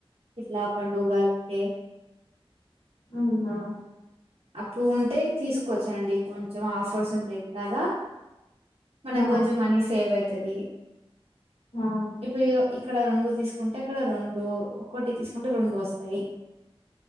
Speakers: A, on the right; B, on the left.
A: ఇట్లా పండుగా ఉంటే
B: అవునా
A: అప్పుడు వుంటే తీస్కోచ్చండి కొంచెం ఆఫర్స్ ఉంటయ్ కదా మనక్
B: ఆ
A: కొంచం మనీ సేవ్ ఐతది
B: ఆహ
A: ఇప్పుడు ఇగ ఇక్కడ రొండు దీస్కుంటే అక్కడ రొండు ఒకటి తీస్కుంటే రొండు ఒస్తయ్